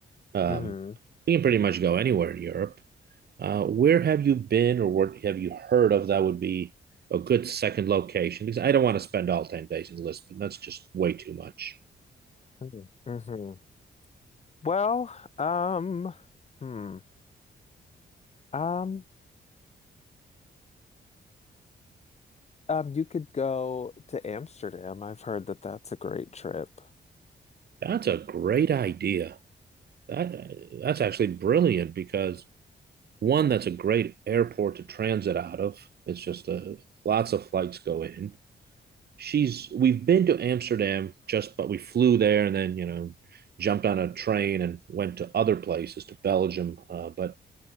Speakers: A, on the right; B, on the left.
A: Um,
B: mhm,
A: you can pretty much go anywhere in Europe. Uh, where have you been or what have you heard of that would be a good second location? Because I don't want to spend all 10 days in Lisbon. That's just way too much.
B: mhm, mhm. Well, um, hmm, um, um, you could go to Amsterdam. I've heard that that's a great trip.
A: That's a great idea. That, that's actually brilliant because one, that's a great airport to transit out of. It's just a, lots of flights go in. She's we've been to Amsterdam just but we flew there and then you know jumped on a train and went to other places to Belgium. Uh, but